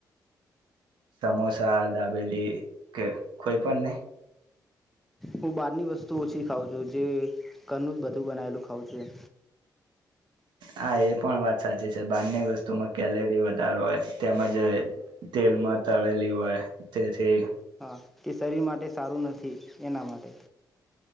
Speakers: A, on the right (about 85°); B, in the centre.
A: સમોસા. ગદાબેલી કે. કોઈ પણને
B: હું બહારની વસ્તુ ઓછી ખાઉ છું જે ઘરનું જ બધું બનાવેલું ખાવઉ છું.
A: હા એ પણ વાત સાચી છે બારની વસ્તુમાં કેલેરી વધારો હોય તેમજ તેલમાં તળેલી હોય તેથી.
B: હા તે શરીર માટે સારું નથી. એના માટે.